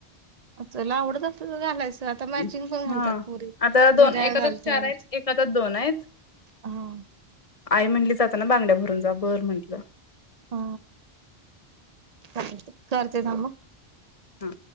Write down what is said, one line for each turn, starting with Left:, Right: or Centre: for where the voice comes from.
Right: चला आवडत असलं तर घालायच. आता मॅचिंग
Left: हं.
Right: पण घालतात
Left: हां,
Right: पुरी,
Left: आता
Right: घड्याळ
Left: एका
Right: घालत्यात,
Left: हातात आहेत, एका हातात आहेत.
Right: हा-
Left: आई म्हटली, जाताना बांगड्या भरून जा, बर म्हंटलं.
Right: ह. काही तर. करते थांब.
Left: हा.